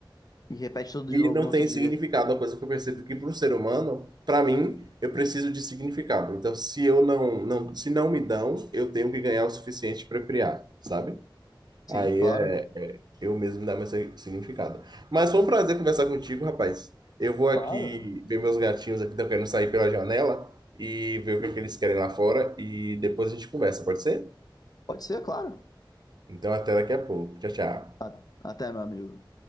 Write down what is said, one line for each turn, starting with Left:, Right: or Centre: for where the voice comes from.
Left: e repete tudo
Right: E
Left: de novo
Right: não
Left: no outro
Right: tem
Left: dia.
Right: significado. Uma coisa que eu percebo que para o ser humano, para mim, eu preciso de significado. Então, se eu não, não, se não me dão, eu tenho que ganhar o suficiente para criar, sabe? Aí
Left: Sim, claro.
Right: é eu mesmo dar meu si- significado. Mas foi um prazer conversar contigo, rapaz. Eu vou aqui
Left: Claro.
Right: ver meus gatinhos aqui, estão querendo sair pela janela e ver o que, é que eles querem lá fora e depois a gente conversa, pode ser?
Left: Pode ser, claro.
Right: Então, até daqui a pouco. Tchau, tchau.
Left: A- Até, meu amigo.